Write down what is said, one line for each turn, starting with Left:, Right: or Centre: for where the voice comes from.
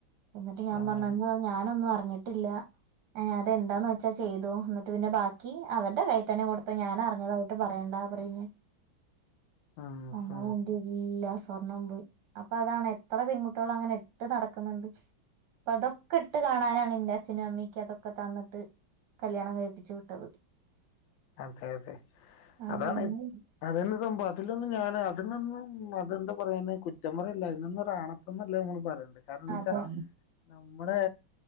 Right: എന്നിട്ട് ഞാൻ
Left: ഉം
Right: പറഞ്ഞ ഞാനൊന്നും അറി റഞ്ഞിട്ടില്ല ഏ അതെന്താന്ന് വെച്ചാൽ ചെയ്തു എന്നിട്ട് പിന്നെ ബാക്കി അവരുടെ കൈത്തന്നെ കൊടുത്തു ഞാൻ അറിഞ്ഞതായിട്ട് പറയണ്ടത് ആപറഞ്ഞ
Left: ഉം
Right: അങ്ങനെ
Left: ഉം
Right: എന്റെ എല്ല സ്വർണം പോയി അപ്പൊ അതാണ് എത്ര പെൺകുട്ടികൾ അങ്ങനെ ഇട്ട് നടക്കുന്നുണ്ട് അപ്പൊ അതൊക്കെ ഇട്ട് കാണാനാണ് എറെ അച്ഛനും അമ്മിക്ക് അതൊക്കെ തന്നിട്ട് കല്യാണം കഴിപ്പിച്ചു വിട്ടത്
Left: അതെ അതെ
Right: അതൊന്നും
Left: അതാണ് അതന്ന് സംഭവതിലൊന്നും ഞാന അതിനൊന്നും അതെന്താ പറയാന് കുറ്റ റ്റം പറല്ല അതിനൊന്നൊരാണത്തന്നല്ലേ നമ്മൾ പറയണ്ട് കാരണം എന്താ വെച്ചാ
Right: അതെ
Left: നമ്മുടെ